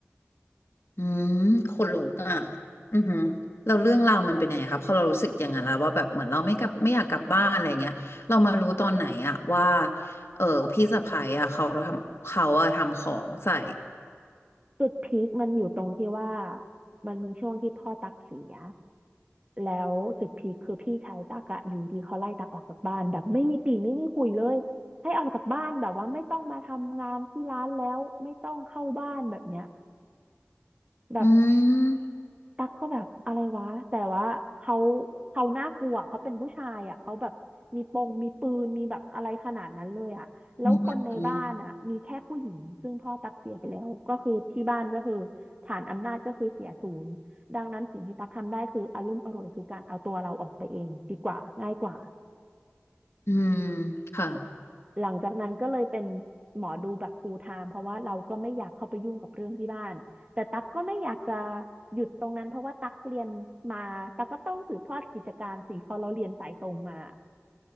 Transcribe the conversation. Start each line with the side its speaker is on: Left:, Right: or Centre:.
Left: อืมขนลุกอ่ะอือหือเราเรื่องราวมันเป็นยังไงครับพอเรารู้สึกอย่างนั้นแล้วว่าแบบเหมือนเราไม่กลับไม่อยากกลับบ้านอะไรเงี้ยเรามารู้ตอนไหนอะว่าเออพี่สะใภ้อะเขาทำเขาอะทำของใส่
Right: จุดพีคมันอยู่ตรงที่ว่ามันมีช่วงที่พ่อตั๊กเสียแล้วจุดพีคคือพี่ชายตั๊กอะอยู่ดีเขาไล่ตั๊กออกจากบ้านแบบไม่มีปี่ไม่มีคุยเลยให้ออกจากบ้านแบบว่าไม่ต้องมาทำงานที่ร้านแล้วไม่ต้องเข้าบ้านแบบเนี้ยแบบ
Left: อืม
Right: ตั๊กก็แบบอะไรวะแต่ว่าเขาเขาน่ากลัวเขาเป็นผู้ชายอ่ะเขาแบบมีปงมีปืนมีแบบอะไรขนาดนั้นเลยอ่ะแล้วคนในบ้านอ่ะมีแค่ผู้หญิงซึ่งพ่อตั๊กเสียไปแล้วก็คือที่บ้านก็คือฐานอำนาจก็คือเสียศูนย์ดังนั้นสิ่งที่ตั๊กทำได้คืออารุ่มอร่วยคือการเอาตัวเราออกไปเองดีกว่าง่ายกว่า
Left: อืมอืมค่ะ
Right: หลังจากนั้นก็เลยเป็นหมอดูแบบ full time เพราะว่าเราก็ไม่อยากเข้าไปยุ่งกับเรื่องที่บ้าน แต่ตั๊กก็ไม่อยากจะหยุดตรงนั้นเพราะว่าตั๊กเรียนมาตั๊กก็ต้องสืบทอดกิจการสิเพอเราเรียนสายตรงมา